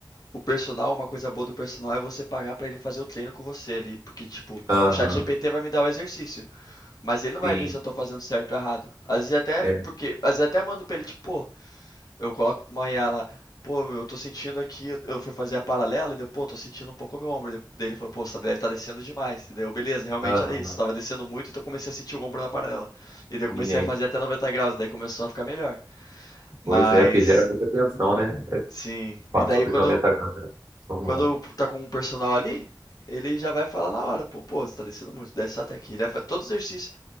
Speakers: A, on the left (about 50°); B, on the right (about 50°).
A: O personal, uma coisa boa do personal é você pagar pra ele fazer o treino com você ali, porque tipo,
B: Aham,
A: o ChatGPT vai me dar o exercício, mas ele não vai
B: sim.
A: ver se eu tô fazendo certo ou errado. Às vezes até
B: É,
A: porque, às vezes até mando pra ele tipo, pô, eu coloco pra uma IA lá, pô, meu, eu tô sentindo aqui, eu- eu fui fazer a paralela e deu, pô, tô sentindo um pouco o meu ombro. Daí daí ele falou, pô, você deve estar descendo demais. E daí eu, beleza, realmente
B: aham,
A: era isso, tava descendo muito, então eu comecei a sentir o ombro na paralela. E daí eu
B: minha
A: comecei
B: aí.
A: a fazer até 90 graus, daí começou a ficar melhor. Mas,
B: Pois é, porque gera muita tensão, né? É,
A: sim.
B: Passou
A: E daí
B: dos
A: quando
B: noventa graus. né? Então,
A: Quando tá com um personal ali, ele já vai falar na hora, pô, pô, você tá descendo muito, desce só até aqui. Ele faz todo o exercício.